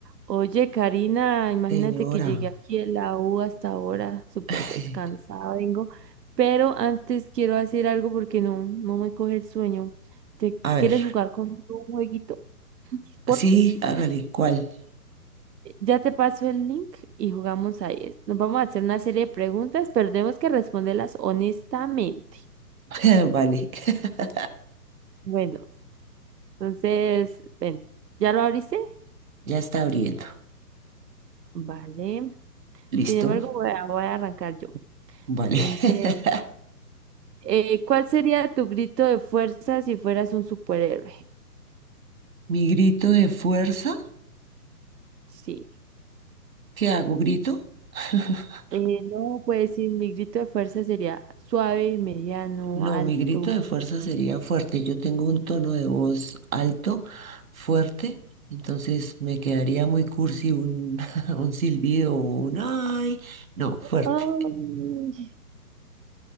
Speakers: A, on the right (about 85°); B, on the right (about 55°).
A: Oye, Karina, imagínate
B: Señora,
A: que llegué aquí de la U hasta ahora, súper
B: <sighs>
A: descansada vengo, pero antes quiero hacer algo porque no, no me coge el sueño. ¿Te
B: a ver,
A: quieres jugar con un jueguito? Porfis.
B: sí, hágale,
A: <laughs>
B: ¿cuál?
A: Ya te paso el link y jugamos ahí. Nos vamos a hacer una serie de preguntas, pero tenemos que responderlas honestamente.
B: <laughs> Vale, <laughs>
A: Bueno, entonces, ven, ¿ya lo abriste?
B: ya está abriendo.
A: Vale.
B: ¿Listo?
A: Sin embargo, voy a, voy a arrancar yo.
B: Vale.
A: Entonces,
B: <laughs>
A: Eh, ¿cuál sería tu grito de fuerza si fueras un superhéroe?
B: ¿Mi grito de fuerza?
A: Sí.
B: ¿Qué hago? ¿Grito? <laughs>
A: Eh, no, pues sí, mi grito de fuerza sería suave, mediano,
B: No,
A: alto.
B: mi grito de fuerza sería fuerte. Yo tengo un tono de voz alto, fuerte, entonces me quedaría muy cursi un, <laughs> un silbido o un ay. No, fuerte.
A: Ay.